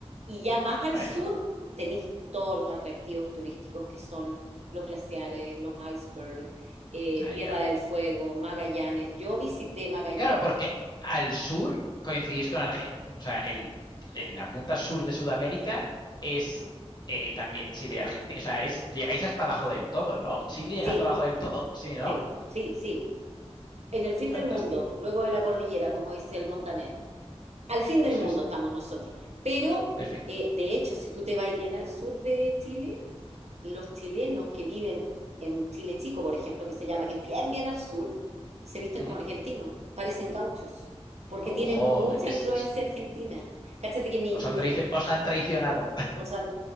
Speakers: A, on the right (about 80°); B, on the left (about 40°).
A: Y ya más al
B: Bueno,
A: sur tenéis todos los atractivos turísticos que son los glaciares, los icebergs, eh,
B: allá.
A: Tierra del Fuego, Magallanes. Yo visité Magallanes.
B: Claro, porque al sur coincidís con Argentina, o sea, el, el- la punta sur de Sudamérica es
A: Ujú.
B: eh, también Chile y Argentina. O sea, es, llegáis hasta abajo del todo, ¿no? Chile llega
A: Sí,
B: hasta abajo del todo, sí, ¿no?
A: sí, sí, sí. En el fin
B: Fantástico.
A: del mundo, luego de la cordillera, como dice el Montaner. Al fin
B: Eso
A: del mundo
B: es.
A: estamos nosotros. Pero,
B: Perfecto.
A: eh, de hecho, si tú te vas bien al sur de Chile, los chilenos que viven en Chile Chico, por ejemplo, que se llama, que es bien, bien al sur, se visten
B: Ujú.
A: como argentinos, parecen gauchos, porque
B: Ojo,
A: tienen mucha
B: es-
A: influencia argentina. Cáchate que mi,
B: os han
A: mi
B: traici- os han traicionado.
A: o sea,